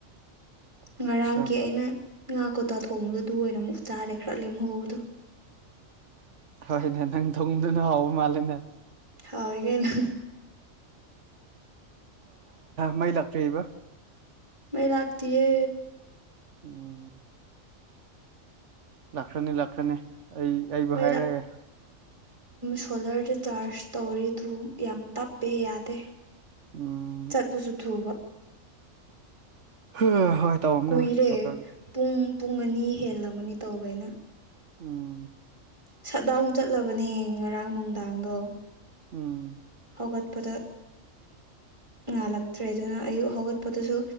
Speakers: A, on the right; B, on the right.
A: ꯉꯔꯥꯡꯒꯤ
B: ꯆꯥꯛ
A: ꯑꯩꯅ ꯉꯥ ꯀꯣꯇꯥ ꯊꯣꯡꯕꯗꯣ ꯑꯗꯨ ꯑꯣꯏꯅ ꯑꯃꯨꯛ ꯆꯥꯔꯦ ꯈꯔ ꯂꯦꯝꯍꯧꯕꯗꯣ
B: ꯍꯣꯏꯅꯦ ꯅꯪ ꯊꯣꯡꯗꯨꯅ ꯍꯥꯎꯕ ꯃꯥꯜꯂꯦꯅꯦ
A: ꯍꯥꯎꯏ ꯀꯩꯅꫭ
B: ꯃꯩ ꯂꯥꯛꯇ꯭ꯔꯤꯕ
A: ꯃꯩ ꯂꯥꯛꯇꯤꯌꯦ
B: ꯑꯣ ꯂꯥꯛꯈ꯭ꯔꯅꯤ ꯂꯥꯛꯈ꯭ꯔꯅꯤ ꯑꯩ
A: ꯃꯩꯔꯥ
B: ꯑ
A: ꯁꯣꯂꯔꯗ ꯆꯥꯔꯖ ꯇꯧꯔꯤꯗꯨ ꯌꯥꯝ ꯇꯞꯄꯦ ꯌꯥꯗꯦ
B: ꯎꯝ
A: ꯆꯠꯄꯁꯨ ꯊꯨꯕ
B: ꯎꯝ ꯍꯣꯏ ꯇꯧꯕꯅꯦ
A: ꯀꯨꯏꯔꯦ
B: ꯁꯣꯂꯔꯒꯤꯗꯤ
A: ꯄꯨꯡ ꯄꯨꯡ ꯑꯅꯤ ꯍꯦꯜꯂꯝꯃꯅꯤ ꯇꯧꯕꯩꯅ
B: ꯎꯝ
A: ꯁꯠ ꯗꯥꯎꯟ ꯆꯠꯂꯕꯅꯦ ꯉꯔꯥꯡ ꯅꯨꯡꯗꯥꯡꯗꯣ
B: ꯎꯝ
A: ꯍꯧꯒꯠꯄꯗ ꯉꯥꯜꯂꯛꯇ꯭ꯔꯦ ꯑꯗꯨꯅ ꯑꯌꯨꯛ ꯍꯧꯒꯠꯄꯗꯨꯁꯨ